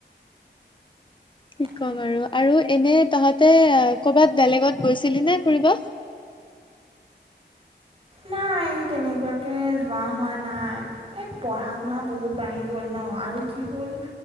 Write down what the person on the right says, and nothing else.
সেইটোৱে
নাই তেনেকুৱাকৈ যোৱা হোৱা নাই এই পঢ়া শুনা বহুত বাঢ়ি গ'ল ন আৰু কি হ'ল